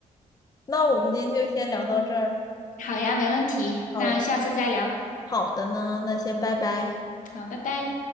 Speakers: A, on the left (about 30°); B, on the left (about 80°).
A: 那我们今天就先聊到这儿。
B: 好呀，没问题。
A: 好呀，
B: 那下次再聊。
A: 好的呢，那先拜拜。
B: 好，拜拜。